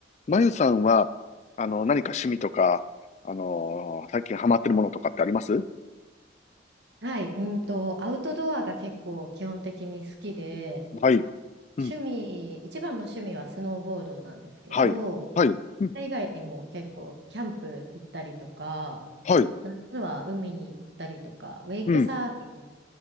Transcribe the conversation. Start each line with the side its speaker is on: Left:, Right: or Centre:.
Left: まゆさんは、あの、何か趣味とか、あのー最近ハマってるものとかってあります
Right: はい、うんと、アウトドアが結構基本的に好きで、
Left: はい。うん。
Right: 趣味、一番の趣味はスノーボードなんですけど、
Left: はい。はい。うん。
Right: それ以外にも結構キャンプ行ったりとか、
Left: はい。
Right: 夏は海に行ったりとか、ウェイクサーフィン、
Left: うん。
Right: ウ